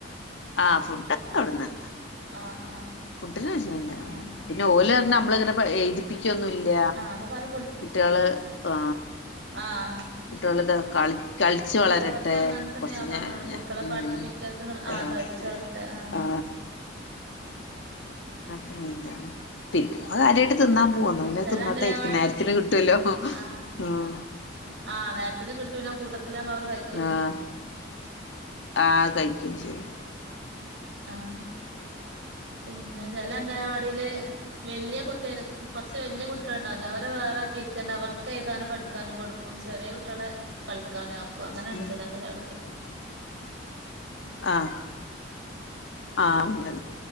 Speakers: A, on the left; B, on the right.
A: ആഹ് ഫുഡ്ഡൊക്കെവിടന്നന്നാ
B: ആഹ് ആഹ്
A: ഫുഡ്ഡിന് വെഷമല്ല
B: ആഹ്
A: ഉം ന്ന ഓല്ന്നമ്മള് <unintelligible> എയ്തിപ്പിക്കൊന്നുല്ല
B: ആഹ് അപ്പൊ പല
A: കുട്ട്യള് ആ
B: അ ആഹ്
A: കുട്ട്യളിത് കാളി കൾച്ച് വളരട്ടെ
B: അത് അവർക്ക് അങ്ങനെ തന്നെ
A: കൊർച്ച്
B: ഞാൻ
A: ഞെ
B: പറഞ്ഞതാണ്
A: ഞെ
B: കുട്ടികളെ
A: ഉം
B: പഠിപ്പിക്കരുത് എന്നുള്ള
A: ആഹ്
B: കളിച്ച് വളരട്ടെ ആഹ്
A: ആ <unintelligible> പിന്ന <unintelligible> കാര്യായിട്ട് ത്‌ന്നാൻ പോവാ വേണെ
B: ചെല
A: തിന്നോട്ടേരിക്കു
B: അംഗലവാടില്
A: നേരത്തിന് കിട്ടുല്ലോ ഹു
B: ആഹ്
A: ആഹ്
B: ആഹ് നേരത്തിന് കിട്ടും ന്നെ അകൂട്ടത്തിലാമ്പവര് കയ്
A: ആഹ് ആ കയ്ക്കും ചെയ്യു.
B: ആഹ് പിന്ന ചെലംഗനവാടീല് എഹ് വെല്ല്യ കുട്ട്യര് കൊർച്ച് വല്ല്യ കുട്ട്യൾ ണ്ടാവല്ലോ അവരെ വേറാക്കിട്ടെന്നവർക്കെയ്താനു പടി ക്കാനും കൊടുക്കും ചെറിയ കുട്ട്യളെ കളിക്കാനു ആക്കു അങ്ങനെണ്ട്
A: ഉം
B: ചെല അംഗലവാടീല്
A: ആഹ് ആഹ് അങ്ങനെ